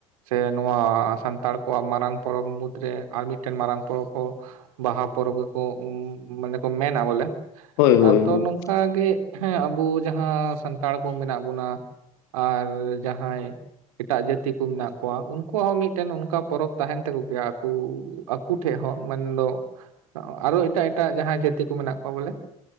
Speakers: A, on the right (about 70°); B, on the left (about 65°).
A: ᱥᱮ ᱱᱚᱣᱟ ᱥᱟᱱᱛᱟᱲ ᱟᱠᱚᱣᱟᱜ ᱢᱟᱨᱟᱝ ᱯᱚᱨᱚᱵᱽ ᱢᱩᱫᱽ ᱨᱮ ᱟᱨ ᱢᱤᱫᱴᱮᱱ ᱢᱟᱨᱟᱝ ᱯᱚᱨᱚᱵᱽ ᱦᱚᱸ ᱵᱟᱦᱟ ᱯᱚᱨᱚᱵᱽ ᱜᱮᱠᱚ ᱢᱟᱱᱮ ᱠᱚ ᱢᱮᱱᱟ ᱵᱚᱞᱮ᱾
B: ᱦᱳᱭ ᱦᱳᱭ
A: ᱟᱫᱚ
B: ᱦᱳᱭ
A: ᱱᱚᱝᱠᱟ ᱚᱱᱠᱟᱜᱮᱸ ᱟᱵᱚ ᱡᱟᱦᱟᱸ ᱥᱟᱱᱛᱟᱲ ᱠᱚ ᱢᱮᱱᱟᱜ ᱵᱚᱱᱟ, ᱟᱨ ᱡᱟᱦᱟᱸᱭ ᱮᱴᱟᱜ ᱡᱟᱹᱛᱤ ᱠᱚ ᱢᱮᱱᱟᱜ ᱠᱚᱣᱟ, ᱩᱱᱠᱩᱣᱟᱜ ᱦᱚᱸ ᱢᱤᱫᱴᱮᱱ ᱚᱱᱠᱟ ᱯᱚᱨᱚᱵᱽ ᱛᱟᱦᱮᱱ ᱛᱟᱠᱚ ᱜᱮᱭᱟ ᱟᱠ ᱟᱠᱚ ᱴᱷᱮᱡ ᱦᱚᱸ ᱢᱮᱱᱫᱚ ᱟᱨᱚ ᱮᱴᱟᱜ-ᱮᱴᱟᱜ ᱡᱟᱦᱟᱸᱭ ᱡᱟᱹᱛᱤ ᱠᱚ ᱢᱮᱱᱟᱜ ᱠᱚᱣᱟ ᱵᱚᱞᱮ